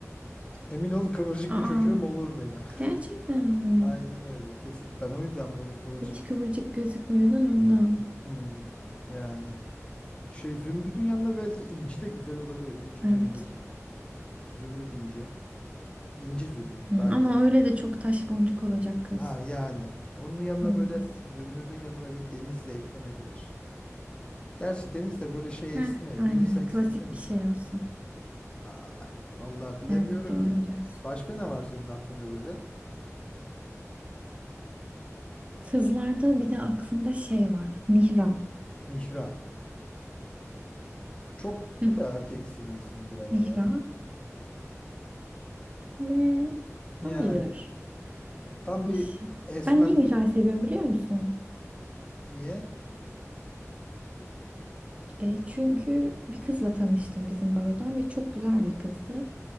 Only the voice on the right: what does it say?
Aa,
gerçekten mi?
Hiç kıvırcık gözükmüyordun ondan.
Evet.
Hı,
ama öyle de çok taş boncuk olacak kız.
Olmaz.
Heh,
aynen.
Klasik
bir
şey olsun.
Evet, doğru
diyorsun.
Kızlarda bir de aklımda şey var. Mihra.
Hı
hı,
Mihra.
Ne?
Hayır.
Yaşa.
Ben niye
Mihra'yı seviyorum biliyor musun?
E, çünkü bir kızla tanıştım bizim barodan ve çok güzel bir kızdı.